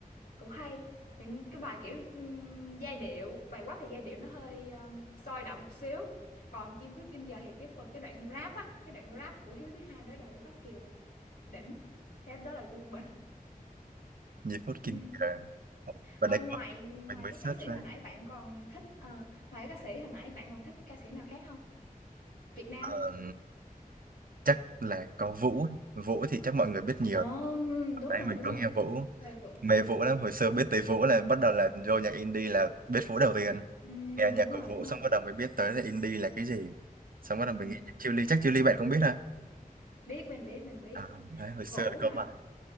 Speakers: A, on the left; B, on the right.
A: cũng hay những cái bài kiểu ừm, giai điệu bài Quát thì giai điệu nó hơi um, sôi động một xíu còn Kim Phúc Kim Giờ thì cái phần cái đoạn rap á cái đoạn rap của Hiếu thứ hai đối đầu với Pháp Kiều đỉnh thế đó là gu mình
B: như Phút
A: Ừ.
B: Kim Cờ. Và
A: Ờ,
B: đây
A: ngoài
B: có,
A: ngoài
B: mình mới
A: cái
B: search
A: ca sĩ
B: ra.
A: hồi nãy bạn còn thích ờ, ngoài cái ca sĩ hồi nãy bạn còn thích ca sĩ nào khác không? Việt Nam.
B: Ờ, chắc là có Vũ. ấy. Vũ thì chắc mọi người biết nhiều
A: Ờ, đúng
B: đấy
A: rồi,
B: mình
A: đúng
B: có
A: rồi.
B: nghe Vũ
A: Về Vũ.
B: mê Vũ lắm hồi xưa biết tới Vũ là bắt đầu là vô nhạc indie là biết Vũ đầu tiên
A: Ừm,
B: nghe nhạc
A: đúng
B: của
A: rồi,
B: Vũ
A: đúng rồi.
B: xong bắt đầu mới biết tới là indie là cái gì xong bắt đầu mình
A: Ừm,
B: nghĩ Chiêu Ly chắc Chiêu Ly bạn cũng biết ha
A: biết mình biết mình biết.
B: à, đấy hồi
A: Vũ
B: xưa
A: hả?
B: có bài